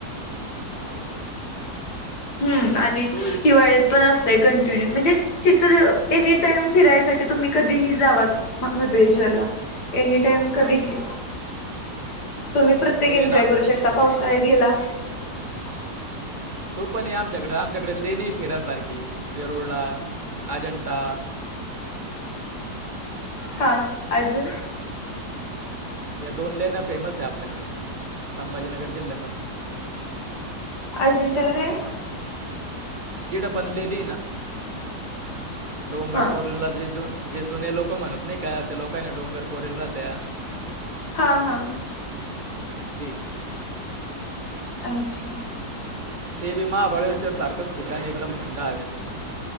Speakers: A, on the right; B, on the left.
A: हाव का!
B: हम्म आणि
A: तू
B: हिवाळ्यात पण असतय कंटिन्यू म्हणजे तिथं एनी टाईम फिरायसाठी तुम्ही कधीही जावा मबळेश्वरला एनी टाईम कधी
A: हो का
B: ही तुम्ही प्रत्येक
A: तो ये
B: एन्जॉय
A: ना आम
B: करू शकता. पावसाळ्यात गेला
A: <inaudible> तू पण ये आमच्याकडे आमच्याकडे लेणी आहे फिराय सारखी वेरूळा, अजिंठा
B: हा अजून?
A: या दोन लेण्या फेमस आहे आपल्याकडं संभाजीनगर जिल्ह्यामधी.
B: अजिंठ्याला काय?
A: तिकड पण लेणी आहे ना डोंगर
B: हा
A: कोरलेला जे जो जे जुने लोक म्हणत नाही का त्या लोकांनी डोंगर कोरला राहत्या
B: हा हा!
A: ते
B: अच्छा!
A: ते बी महाबळेश्वर सारखंच ठिकाण एकदम थंड हवेचं.